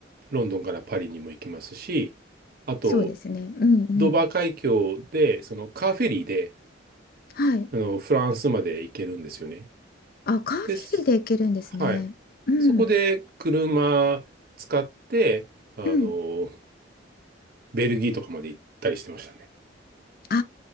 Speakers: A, on the right (about 55°); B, on the left (about 50°).
A: ロンドンからパリにも行けますし、あと、
B: そうですねうんうん
A: ドーバー海峡で、そのカーフェリーで、
B: はい
A: あの、フランスまで行けるんですよね。
B: あカーフェリーで行けるんですねうん
A: です。はい。で、そこで車使って、あの、
B: うん
A: ベルギーとかまで行ったりしてましたね。
B: あ